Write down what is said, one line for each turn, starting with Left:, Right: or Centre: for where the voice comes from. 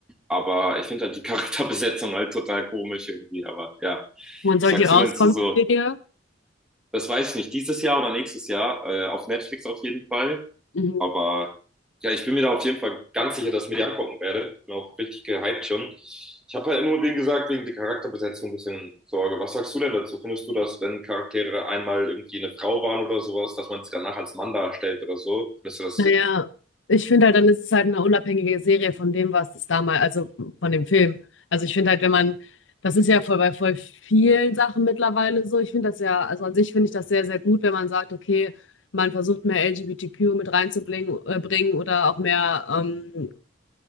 Centre: Aber ich finde halt die <laughs> Charakterbesetzung halt total komisch irgendwie. Aber ja,
Left: Wann soll
Centre: was sagst
Left: die rauskommen,
Centre: du denn zu so,
Left: die Serie?
Centre: das weiß ich nicht, dieses Jahr oder nächstes Jahr, äh, auf Netflix auf jeden Fall.
Left: Mhm.
Centre: Aber ja, ich bin mir da auf jeden Fall ganz sicher, dass ich mir die angucken werde. Bin auch richtig gehypt schon. Ich habe halt nur, wie gesagt, wegen der Charakterbesetzung ein bisschen Sorge. Was sagst du denn dazu? Findest du, dass wenn Charaktere einmal irgendwie eine Frau waren oder sowas, dass man sie danach als Mann darstellt oder so? Findest du das?
Left: Naja, ich finde halt, dann ist es halt eine unabhängige Serie von dem, was es damals, also von dem Film. Also ich finde halt, wenn man, das ist ja voll bei voll vielen Sachen mittlerweile so. Ich finde das ja, also an sich finde ich das sehr, sehr gut, wenn man sagt, okay, man versucht mehr LGBTQ mit reinzubringen äh, bringen oder auch mehr, ähm,